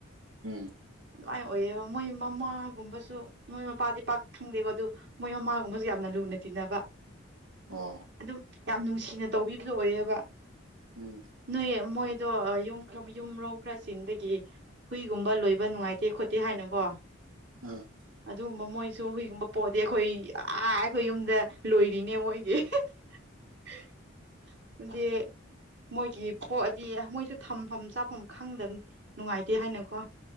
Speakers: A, on the right (about 80°); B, on the right (about 55°).
A: ꯎꯝ
B: ꯑꯗꯨꯃꯥꯏꯅ ꯑꯣꯏꯌꯦꯕ ꯃꯣꯏ ꯃꯃꯥꯒꯨꯝꯕꯁꯨ ꯃꯣꯏ ꯃꯄꯥꯗꯤ ꯄꯥꯛ ꯈꯪꯗꯦꯀꯣ ꯑꯗꯨ ꯃꯣꯏ ꯃꯃꯥꯒꯨꯝꯕꯁꯨ ꯌꯥꯝꯅ ꯂꯨꯅ ꯇꯤꯟꯅꯕ
A: ꯑꯣ
B: ꯑꯗꯨꯝ ꯌꯥꯝ ꯅꯨꯡꯁꯤꯅ ꯇꯧꯕꯤꯕꯗꯨ ꯑꯣꯏꯌꯦꯕ
A: ꯎꯝ
B: ꯅꯣꯏ ꯃꯣꯏꯗꯣ ꯌꯨꯝ ꯌꯨꯝꯔꯣꯝ ꯈꯔ ꯆꯤꯟꯕꯒꯤ ꯍꯨꯏꯒꯨꯝꯕ ꯂꯣꯏꯕ ꯅꯨꯡꯉꯥꯏꯇꯦ ꯈꯣꯠꯇꯦ ꯍꯥꯏꯅꯀꯣ
A: ꯑꯥ
B: ꯑꯗꯨꯒꯨꯝꯕ ꯃꯣꯏꯁꯨ ꯍꯨꯢꯒꯨꯝꯕ ꯄꯣꯛꯑꯗꯤ ꯑꯩꯈꯣꯏ ꯑꯥ ꯑꯩꯈꯣꯏ ꯌꯨꯝꯗ ꯂꯣꯏ ꯂꯤꯅꯦ ꯃꯣꯢꯒꯤ ꯍꯤ ꯗꯨꯗꯤ ꯃꯣꯏꯒꯤ ꯄꯣꯛꯑꯗꯤ ꯃꯣꯏꯁꯨ ꯊꯝꯐꯝ ꯆꯥꯐꯝ ꯈꯪꯗ ꯅꯨꯡꯉꯥꯏꯇꯦ ꯍꯥꯏꯅꯀꯣ